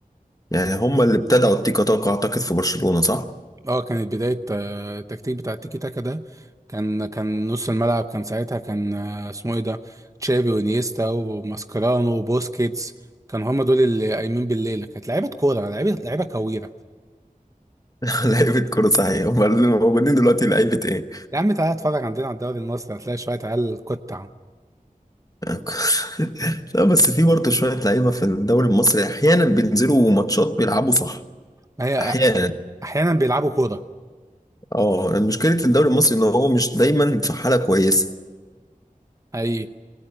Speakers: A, on the left (about 25°); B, on the right (about 20°).
A: يعني هم اللي ابتدعوا التيكا تاكا اعتقد في برشلونة صح؟
B: اه كانت بداية آه، التكتيك بتاع التيكي تاكا ده كان كان نص الملعب كان ساعتها كان آه، اسمه ايه ده تشافي وانيستا وماسكرانو وبوسكيتس كان هما دول اللي قايمين بالليلة كانت لعيبة كورة لعيبة لعيبة كويرة
A: <laughs> لعيبة كورة صحيح هم اللي موجودين دلوقتي لعيبة ايه؟
B: يا عم تعالى اتفرج عندنا على الدوري المصري هتلاقي شوية عيال قطع
A: <laughs> لا بس في برضه شوية لعيبة في الدوري المصري احيانا بينزلوا ماتشات بيلعبوا صح
B: ما هي
A: احيانا
B: أحيانا بيلعبوا كورة
A: اه مشكلة الدوري المصري ان هو مش دايما في حالة كويسة
B: امم